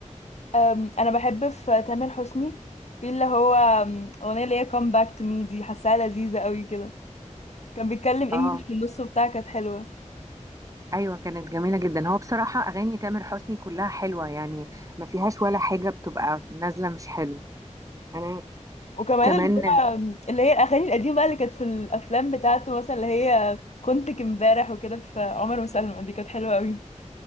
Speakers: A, on the left (about 60°); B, on the right (about 25°).
A: أم، انا بحب في تامر حسني في اللي هو أم، اغنيه اللي هي come back to me دي حاساها لذيذه قوي كده كان بيتكلم
B: اه
A: انجلش في النص وبتاع كانت حلوه
B: ايوه كانت جميلة جدا هو بصراحة اغاني تامر حسني كلها حلوة يعني ما فيهاش ولا حاجة بتبقى نازلة مش حلوة انا
A: وكمان
B: كمان
A: اللي هو اللي هي الاغاني القديمه بقى اللي كانت في الافلام بتاعته مثلا اللي هي خنتك امبارح وكده في عمر وسلمى دي كانت حلوه قوي